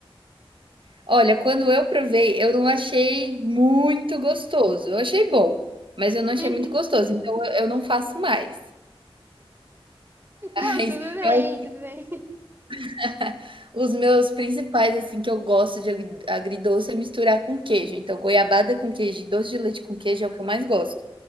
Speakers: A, on the right; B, on the right.
A: Olha, quando eu provei, eu não achei muito gostoso. Eu achei bom, mas eu
B: <laughs>
A: não achei
B: Uhum.
A: muito gostoso, então eu eu não faço mais.
B: Não,
A: Mas
B: tudo bem,
A: eu acho que
B: tudo bem.
A: <laughs> os meus principais, assim, que eu gosto de agri agridoce é misturar com queijo. Então, goiabada com queijo e doce de leite com queijo é o que eu mais gosto.